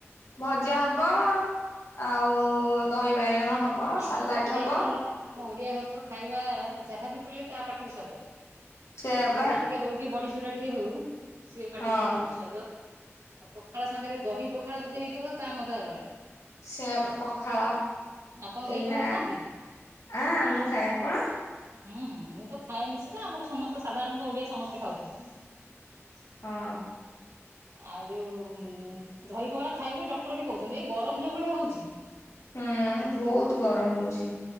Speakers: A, on the left; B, on the right.
A: ଭଜା ହବ, ଆଉ ଦହି ବାଇଗଣ ହବ
B: ଆମର
A: ସାଲାଟ
B: ତ ଓଡିଆ
A: ହବ।
B: ଘରର, ଆମ ଓଡିଆ ଘରର ଖାଇବା ଯାହାବି କଲେ ତା ପାଟିକି ସ୍ୱାଦ।
A: ସେୟା
B: ଶାଗ
A: ପା
B: ଭଜା ଟିକେ ହଉ, କି ବଢି ଚୁରା ଟିକେ ହଉ, ସିଏ ପାଟିକି
A: ହଁ
B: ତ ବହୁତ ସ୍ଵାଦ। ଆଉ ପଖାଳ ସାଙ୍ଗରେ ଦହି ପଖାଳ ଯଦି ହେଇଥିବ ତ ତା ମଜା ଅଲଗା।
A: ସେୟା ବା ପଖାଳ
B: ଆପଣ ଦହି
A: ଏଇନା
B: ପଖାଳ ଖାଆନ୍ତି?
A: ଆ ଆଁ ମୁଁ ଖାଏ, ଆପଣ?
B: ହୁଁ ହୁଁ ମୁଁ ତ ଖାଏ ନିଶ୍ଚିତ, ଆମର ସମସ୍ତେ ସାଧାରଣତଃ ଓଡିଆ ସମସ୍ତେ ଖାଉଥିଲେ।
A: ହଁ।
B: ଆଉ ଯୋଉ ଦହିପଖାଳ ଖାଇବାକୁ ଡକ୍ଟର ବି କହୁଛନ୍ତି। ଏଇ ଗରମ ଯୋଉ ଭଳିଆ ହଉଛି
A: ହୁଁ ଭଉତ ଗରମ ହଉଛି।